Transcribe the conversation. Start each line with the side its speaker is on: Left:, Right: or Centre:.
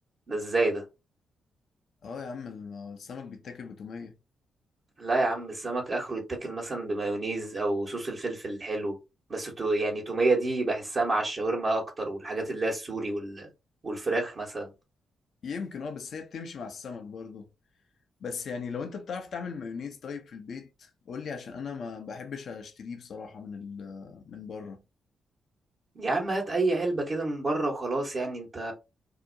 Right: ده ازاي ده
Left: اه يا عم ال- السمك بيتاكل بتومية
Right: لا يا عم السمك اخره يتاكل مثلا بمايونيز او صوص الفلفل الحلو بس تو يعني تومية دي بحسها مع الشاورما اكتر والحاجات اللي هي السوري وال... والفراخ مثلا
Left: يمكن اه بس هي بتمشي مع السمك برضو بس يعني لو انت بتعرف تعمل مايونيز طيب في البيت قول لي عشان انا ما بحبش اشتريه بصراحة من ال من بره
Right: يا عم هات اي علبة كده من بره وخلاص يعني انت